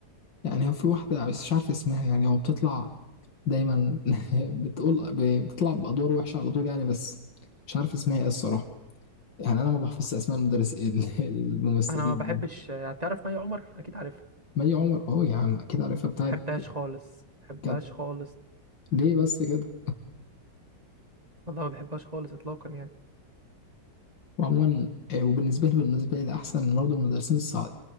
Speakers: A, on the left; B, on the right.
A: يعني هو في واحدة بس مش عارف اسمها يعني هو بتطلع دايما <laughs> بتقول بتطلع بأدوار وحشة على طول يعني بس مش عارف اسمها ايه الصراحة يعني أنا ما بحفظش أسماء المدرس <laughs> ال- الممثلين
B: انا ما بحبش آه، تعرف مي عمر اكيد عارفها
A: مي عمر اه يا عم أكيد عارفها بتاعت
B: ما بحبهاش خالص ما بحبهاش
A: كانت
B: خالص
A: ليه بس كده
B: والله ما بحبهاش خالص اطلاقا يعني
A: وعموما آه، وبالنسبة لي بالنسبة لي أحسن برضه المدرسين الصع...